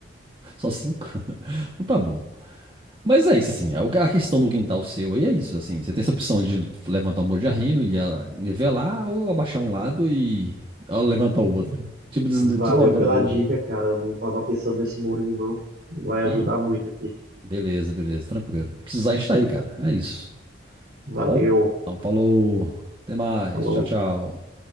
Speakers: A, on the right; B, on the right.
A: Só cinco? <laughs> Então tá bom. Mas é isso, assim. A a questão do quintal seu aí é isso, assim. Você tem essa opção de levantar um muro de arrimo e ah, nivelar ou abaixar um lado e ah, levantar o outro, né? Tipo, des-
B: Valeu
A: tipo uma gangorra.
B: pela dica, cara. Eu não tava pensando nesse murinho, não. Vai ajudar
A: Não,
B: muito aqui.
A: beleza, beleza, tranquilo. Precisar, a gente tá aí, cara. É isso. Tá
B: Valeu.
A: bom? Então falou. Até mais.
B: Falou.
A: Tchau, tchau.